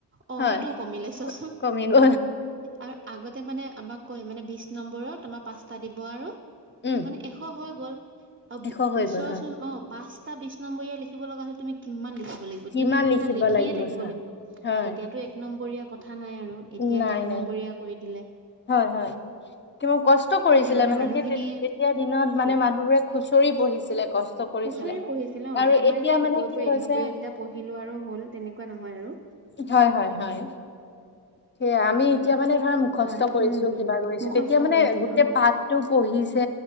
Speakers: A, on the right; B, on the left.
A: অ
B: হয়
A: সেইটোও কমিলে চোৱাচোন।
B: কমি গ'ল
A: আৰু আগতে মানে আমাক কয় মানে বিছ নম্বৰৰ তোমাৰ পাঁচটা দিব আৰু
B: উম
A: মানে- এশ হৈ গ'ল আৰু
B: এশ হৈ গ'ল
A: চোৱাচোন
B: হয়
A: অ পাঁচটা বিশ নম্বৰীয়া লিখিব লগা হ'লে তুমি- কিমান লিখিব লাগিব,
B: কিমান
A: তিনি ঘন্টা
B: লিখিব
A: লিখিয়ে থাকিব
B: চা
A: লাগিব,
B: হয়।
A: তেতিয়াতো এক নম্বৰীয়া কথা নাই আৰু। এতিয়াহে
B: নাই
A: এক
B: নাই
A: নম্বৰীয়া কৰি দিলে,
B: হয় হয় কিমান কষ্ট
A: সেইকাৰণে
B: কৰিছিলে
A: মানে মানুহখিনিয়ে
B: সেই তেতিয়া দিনত
A: উম
B: মানে মানুহবোৰে খুচৰি
A: খুচৰি
B: পঢ়িছিলে কষ্ট কৰিছিলে
A: পঢ়িছিল অ
B: আৰু
A: আমাৰ
B: এতিয়া
A: যে
B: মানে
A: ওপৰে ওপৰে
B: কি হৈছে
A: এক নম্বৰীয়া গিটা পঢ়িলো আৰু হ'ল তেনেকুৱা নহয় আৰু।
B: হয় হয় হয়। সেয়া আমি এতিয়া মানে ধৰা মুখস্থ
A: হয়
B: কৰিছো
A: উম
B: কিবা কৰিছো
A: মুখস্থ
B: তেতিয়া মানে
A: কৰিছিলো
B: গোটেই
A: অ
B: পাঠ- টো পঢ়িছে।